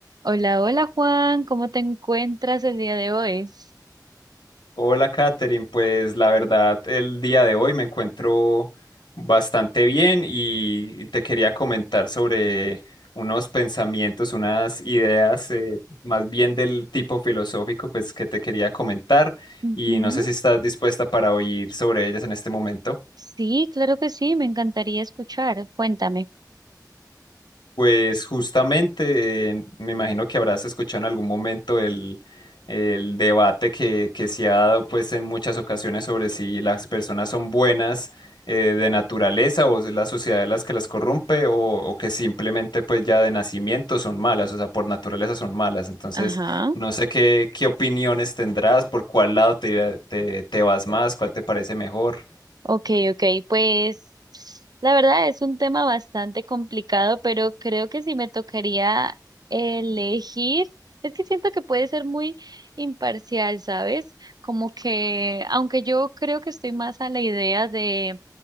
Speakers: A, on the right (about 65°); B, on the left (about 85°).
A: Hola, hola Juan, ¿cómo te encuentras el día de hoy?
B: Hola, Katherine. Pues la verdad, el día de hoy me encuentro bastante bien y te quería comentar sobre unos pensamientos, unas ideas, eh, más bien del tipo filosófico, pues que te quería comentar
A: Ujú.
B: y no sé si estás dispuesta para oír sobre ellas en este momento.
A: Sí, claro que sí, me encantaría escuchar. Cuéntame.
B: Pues justamente, eh, me imagino que habrás escuchado en algún momento el, el debate que, que se ha dado pues en muchas ocasiones sobre si las personas son buenas eh, de naturaleza o es la sociedad las que las corrompe o, o que simplemente pues ya de nacimiento son malas, o sea, por naturaleza son malas. Entonces,
A: Ajá.
B: no sé qué, qué opiniones tendrás, por cuál lado te, te, te vas más, cuál te parece mejor.
A: Okay, okay, pues la verdad es un tema bastante complicado, pero creo que si me tocaría elegir, es que siento que puede ser muy imparcial, ¿sabes? Como que, aunque yo creo que estoy más a la idea de